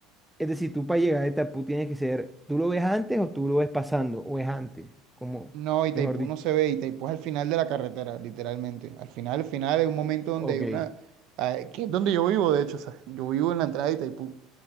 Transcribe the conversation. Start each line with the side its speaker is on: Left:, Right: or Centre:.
Centre: es decir, tú para llegar a esta, tú tienes que ser, ¿tú lo ves antes o tú lo ves pasando? ¿O es antes? Como,
Right: No, Itaipú
Centre: mejor dicho,
Right: no se ve, Itaipú es al final de la carretera, literalmente. Al final, al final, hay un momento donde
Centre: ok.
Right: hay una... ah, que es donde yo vivo, de hecho, o sea, yo vivo en la entrada de Itaipú.